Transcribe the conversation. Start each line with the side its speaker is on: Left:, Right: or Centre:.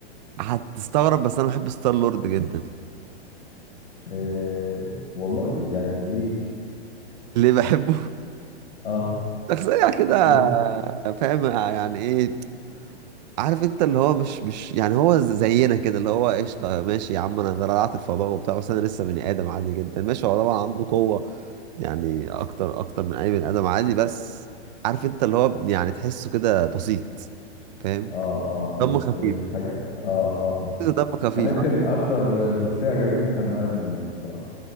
Right: هتستغرب بس أنا بحب ستار لورد جدا
Left: أه والله يعني ليه
Right: ليه بحبه؟
Left: اه
Right: <laughs> شخصية كده
Left: ليه
Right: فاهم يعني إيه عارف أنت اللي هو مش مش يعني هو زينا كده اللي هو قشطة ماشي يا عم أنا ده رجعت الفضاء وبتاع بس أنا لسه بني آدم عادي جدا ماشي هو طبعا عنده قوة يعني أكتر أكتر من أي بني آدم عادي بس عارف أنت اللي هو يعني تحسه كده بسيط فاهم؟
Left: اه اه مش
Right: دمه خفيف
Left: مش حاجه اه اه
Right: تحسه دمه خفيف
Left: وانا يمكن اكتر شخصيه عجبتني كان ايرون مان بصراحه